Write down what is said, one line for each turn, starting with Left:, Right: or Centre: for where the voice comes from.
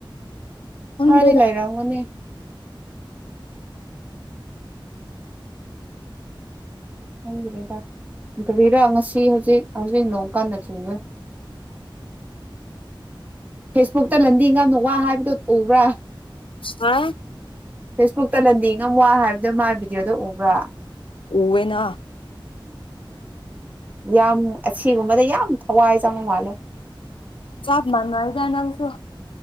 Left: ꯈꯪꯗ꯭ꯔꯦꯗ
Right: ꯈꯥꯅꯤ ꯂꯩꯥꯏꯔꯅꯤ ꯈꯪ꯭ꯔꯦꯗ ꯀꯕꯤꯔꯥ ꯉꯁꯤ ꯍꯧꯖꯤꯛ ꯍꯧꯖꯤꯛ ꯅꯣꯡꯀꯥꯟꯗ ꯆꯤꯡꯉꯣꯏ ꯐꯦꯁꯕꯨꯛꯇ ꯂꯟꯗꯤ ꯉꯅ ꯋꯥ ꯍꯥꯏꯕꯗꯨꯣ ꯎꯕ꯭ꯔꯥ
Left: ꯍꯥ
Right: ꯐꯦꯁꯕꯨꯛꯇ ꯂꯟꯗꯤ ꯉꯝ ꯋꯥ ꯍꯥꯏꯕꯗꯣ ꯃꯥ ꯚꯤꯗꯤꯑꯣꯗꯣ ꯎꯕ꯭ꯔꯥ
Left: ꯎ ꯌꯦꯅ
Right: ꯌꯥꯝ ꯑꯁꯤꯒꯨꯝꯕꯗ ꯌꯥꯝ ꯊꯋꯥꯏ ꯆꯪꯕ ꯃꯥꯜꯂꯦ
Left: ꯆꯥꯄ ꯃꯥꯅ ꯍꯥꯏꯗꯅꯅꯥꯁꯨ